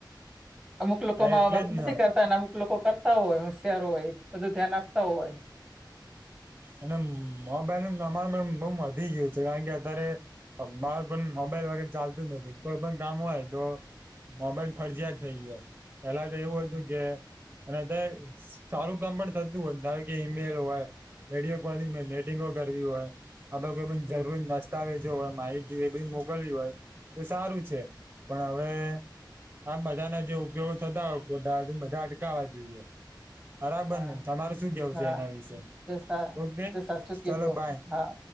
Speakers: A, in the centre; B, on the right (about 25°).
A: અમુક લોકો
B: આ
A: મા
B: એટલે
A: વાત
B: જ
A: નથી
B: ને
A: કરતા, અમુક લોકો કરતા હો હોય, હોશિયારો હો, ય બધું ધ્યાન આપે. હોય.
B: અને મોબાઈલ અમારે બઉુ વધી ગયું છે, કારણ કે અત્યારે. બાળકો કોને મોબાઈલ વગેરે ચાલતું જ નથી. કોઈ પણ કામ હોય તો. મોબાઈલ ફરજીયાત થઈ ગયો. પેલા તો
A: હમ
B: એવું હતું કે અને અત્યારે સારું કામ પણ થતું હોય, ધારો કે ઈમેલ હોય. રેડિયો, કોલિંગ, મેટિંગો કરવી હોય, અ કોઈ
A: હમ
B: જરૂરી. દસ્તાવેજો હોય, માહિતી હોય, એ બી મોકલવી હોય તો સારું છે. પણ હવે આમ બધા ના જેવુ થતા હોય પોતા બધા અટકાવવા જોઈએ બરાબર
A: હા
B: ને તમારે શું કેવું
A: હા
B: છે એના વિશે
A: તે સા
B: ઓકે
A: તે સાચુ કીધું
B: ચલો બાય
A: હા